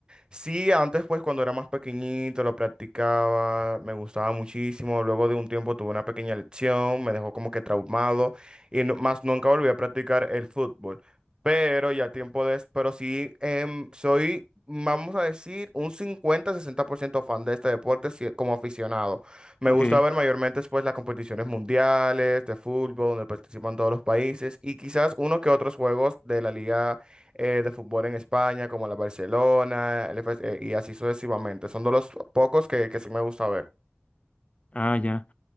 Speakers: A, on the right; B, on the left.
A: Sí, antes pues cuando era más pequeñito lo practicaba, me gustaba muchísimo, luego de un tiempo tuve una pequeña lesión, me dejó como que traumado y no- más nunca volví a practicar el fútbol. Pero ya tiempo de, pero sí, em, soy, vamos a decir, un cincuenta, sesenta por ciento fan de este deporte sí, como aficionado. Me
B: Ok.
A: gusta ver mayormente pues, las competiciones mundiales de fútbol donde participan todos los países y quizás uno que otros juegos de la liga eh, de fútbol en España como la Barcelona el FS, eh, y así sucesivamente. Son de los pocos que, que sí me gusta ver.
B: Ah, ya.